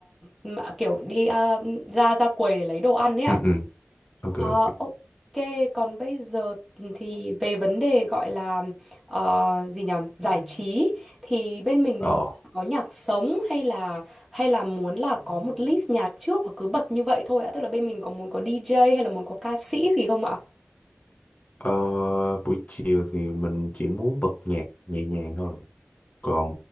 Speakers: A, in the centre; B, on the left.
A: mà kiểu đi à, ra ra quầy để lấy đồ ăn ấy ạ.
B: ừ ừ ok
A: Ờ,
B: ok
A: ok, còn bây giờ thì về vấn đề gọi là ờ, gì nhỉ? Giải trí thì bên mình
B: ờ
A: muốn có nhạc sống hay là hay là muốn là có một list nhạc trước và cứ bật như vậy thôi ạ. Tức là bên mình có muốn có DJ hay là muốn có ca sĩ gì không ạ?
B: ờ, buổi chiều thì mình chỉ muốn bật nhạc nhẹ nhàng thôi còn